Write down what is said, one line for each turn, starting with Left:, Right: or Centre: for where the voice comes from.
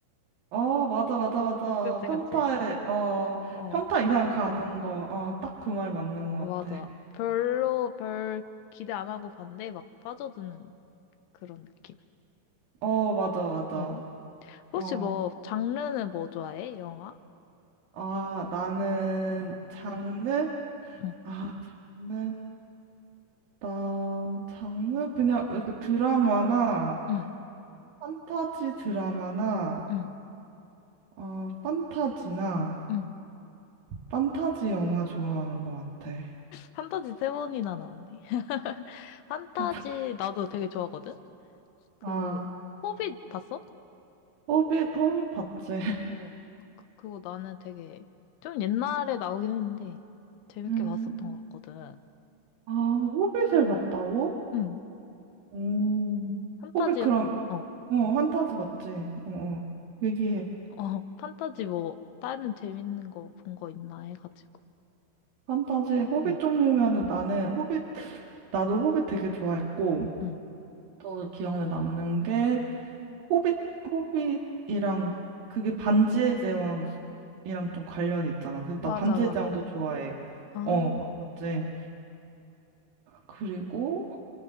Right: 어, 맞아, 맞아, 맞아.
Left: 그치,
Right: 평타에,
Left: 그치.
Right: 어,
Left: 어,
Right: 평타 이상 가는 거, 어, 딱 그 말 맞는 것
Left: 맞아.
Right: 같아.
Left: 별로 별 기대 안 하고 봤는데 막 빠져드는 그런 느낌.
Right: 어, 맞아, 맞아.
Left: 어. 혹시
Right: 어,
Left: 뭐 장르는 뭐 좋아해? 영화?
Right: 아, 나는
Left: 응,
Right: 장르?
Left: 응,
Right: 아, 장르? 나, 장르? 그냥 그 드라마나,
Left: 응,
Right: 판타지 드라마나,
Left: 응.
Right: 어, 판타지나,
Left: 응.
Right: 판타지 영화 좋아하는 것 같아.
Left: 판타지 세 번이나 나왔네. <laughs> 판타지
Right: 아,
Left: 나도 되게 좋아하거든? 그
Right: 아.
Left: 호빗 봤어?
Right: 호빗, 호빗 봤지.
Left: 어, 그- 그거 나는 되게 좀 옛날에 나오긴 했는데 재밌게
Right: 음.
Left: 봤었던 것 같거든.
Right: 아, 호빗을 봤다고?
Left: 응.
Right: 음.
Left: 판타지,
Right: 호빗 그럼,
Left: 어,
Right: 어, 판타지 맞지? 어, 어. 얘기해.
Left: 어, <laughs> 판타지 뭐 다른 재밌는 거 본 거 있나 해가지고.
Right: 판타지, 호빗
Left: 응,
Right: 종류면은 나는 호빗, 나도 호빗 되게 좋아했고,
Left: 응.
Right: 또 기억에 남는 게, 호빗, 호빗이랑, 그게 반지의 제왕이랑 좀 관련이 있잖아. 그래서
Left: 맞아,
Right: 나 반지의
Left: 맞아.
Right: 제왕도 좋아해.
Left: 아,
Right: 어, 마- 맞지? 그리고